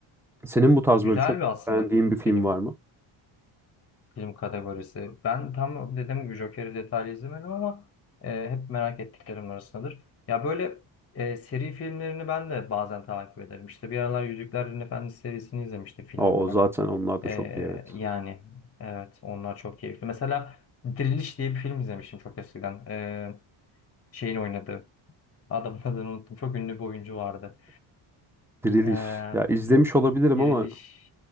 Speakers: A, in the centre; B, on the left.
A: Senin bu tarz
B: Güzel
A: böyle çok
B: bir aslında
A: beğendiğin bir film
B: film.
A: var mı?
B: Film kategorisi. Ben tam dediğim gibi Joker'i detaylı izlemedim ama e, hep merak ettiklerim arasındadır. Ya böyle e, seri filmlerini ben de bazen takip ederim. İşte bir aralar Yüzüklerin Efendisi serisini izlemiştim film
A: Aa,
B: olarak.
A: o zaten onlar da
B: E,
A: çok iyi evet.
B: yani evet onlar çok keyifli. Mesela Diriliş diye bir film izlemiştim çok eskiden. E, şeyin oynadığı. Adamın adını unuttum. Çok ünlü bir oyuncu vardı.
A: Diriliş.
B: E,
A: Ya izlemiş olabilirim
B: Diriliş.
A: ama